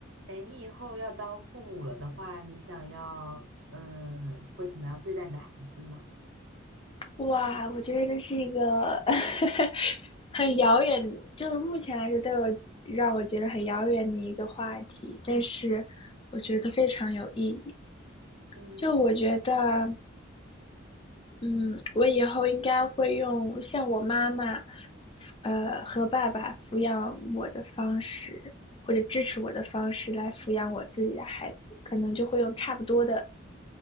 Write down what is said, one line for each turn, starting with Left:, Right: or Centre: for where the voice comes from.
Right: 哎，你以后要当父母了的话，你想要，嗯，会怎么样对待你的孩子吗？
Left: 哇，我觉得这是一个 <laughs> 很遥远，就是目前来说对我让我觉得很遥远的一个话题，但是我觉得非常有意义。
Right: 嗯
Left: 就我觉得，嗯，我以后应该会用像我妈妈，呃，和爸爸抚养我的方式，或者支持我的方式来抚养我自己的孩子，可能就会用差不多的